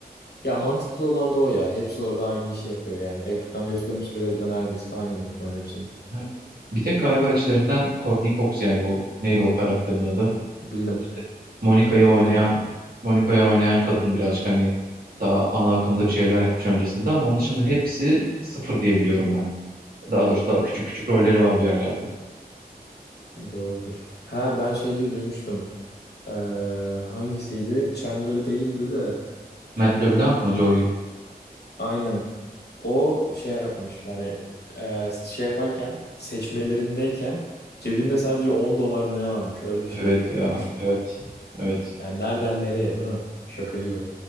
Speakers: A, on the left (about 85°); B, on the right (about 65°).
A: Ya mantıklı olan da o ya. Hepsi orada aynı işi yapıyor yani. Ekran gösterim süreleri de neredeyse aynıdır muhtemelen hepsinin.
B: Evet. Bir tek galiba içlerinden Courtney Cox yani bu neydi o karakterin adı?
A: Bildim.
B: İşte Monica'yı
A: Bilem
B: oynayan
A: bilem.
B: Monica'yı oynayan kadın birazcık hani daha ana akımda bir şeyler yapmış öncesinde ama onun dışında hepsi sıfır diye biliyorum ben. Daha doğrusu daha küçük küçük rolleri var bir yerlerde.
A: Doğrudur. Ha ben şey diye duymuştum. Ee, hangisiydi? Chandler değildi de.
B: Matt LeBlanc mı Joey?
A: Aynen. O şey yapmış yani e, şey yaparken seçmelerindeyken cebinde sadece 10 dolar mı ne varmış öyle bir şey
B: Evet ya.
A: duymuştum.
B: Evet. Evet.
A: Yani nereden nereye değil mi? Şaka gibi.